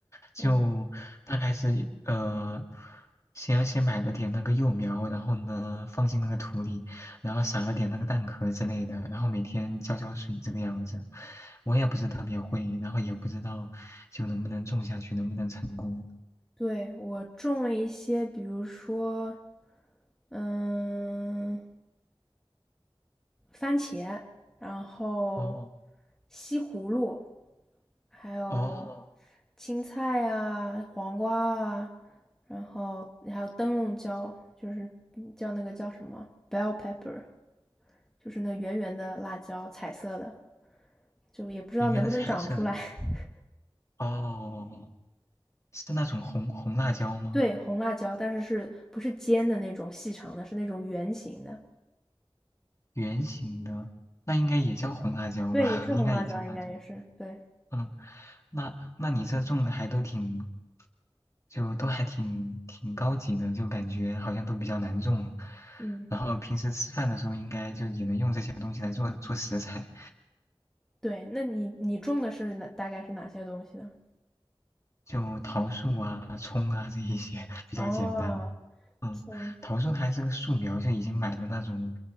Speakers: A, on the left; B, in the centre.
A: 就大概是呃，
B: 嗯，
A: 先先买了点那个幼苗，然后呢放进那个土里，然后撒了点那个蛋壳之类的，然后每天浇浇水这个样子。我也不是特别会，然后也不知道就能不能种下去，能不能成功。
B: 对，我种了一些，比如说，嗯。番茄，然后
A: 哦
B: 西葫芦，还有
A: 哦，
B: 青菜啊、黄瓜啊，然后还有灯笼椒，就是嗯叫那个叫什么 bell pepper，就是那个圆圆的辣椒，彩色的，就也不知道能不能长出来。
A: 圆圆的彩色的，
B: <laughs>
A: 哦，是那种红红辣椒吗？
B: 对，红辣椒，但是是不是尖的那种细长的，是那种圆形的。
A: 圆形的，那应该也叫红辣椒吧？
B: 对，也是红辣椒，
A: <laughs> 应该也叫辣椒。
B: 应该也是。对，
A: 嗯，那那你这种的还都挺，就都还挺挺高级的，就感觉好像都比较难种。
B: 嗯，
A: 然后平时吃饭的时候，应该就也能用这些东西来做做食材，
B: 对，那你你种的是哪，大概是哪些东西呢？
A: 就桃树啊、葱啊这一些 <laughs> 比较简单。
B: 哦，
A: 嗯，
B: 葱
A: 桃树它还是个树苗，就已经买的那种